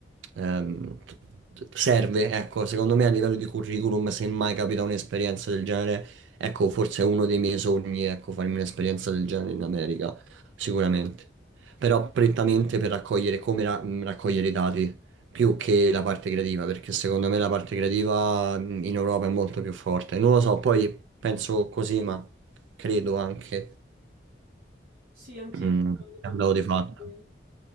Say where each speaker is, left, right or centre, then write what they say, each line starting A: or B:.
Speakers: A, on the right; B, on the right.
A: ehm, t- t- serve, ecco, secondo me a livello di curriculum, se mai capita un'esperienza del genere, ecco, forse è uno dei miei sogni, ecco, farmi un'esperienza del genere in America, sicuramente però prettamente per raccogliere come ra- mh, raccogliere i dati più che la parte creativa, perché secondo me la parte creativa mh, in Europa è molto più forte. Non lo so, poi penso così, ma credo anche
B: Sì, anch'io
A: mh,
B: ho avuto
A: è un
B: un
A: dato
B: po'
A: di fatto.
B: di